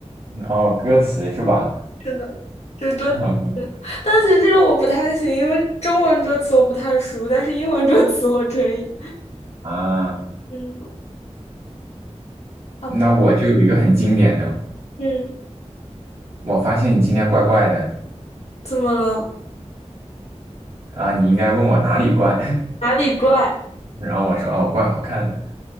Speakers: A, on the right (about 60°); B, on the left (about 65°).
A: 哦，歌词是吧？
B: 真的，这歌词，
A: 哦不
B: 但其实这个我不太行，因为中文歌词我不太熟，但是英文歌词我可以。
A: 啊，
B: 嗯，好吧，
A: 那我就有一个很经典的，
B: 嗯，
A: 我发现你今天怪怪的
B: 怎么了？
A: 啊，你应该问我哪里怪，
B: 哪里怪？
A: <laughs> 然后我说哦，怪好看的，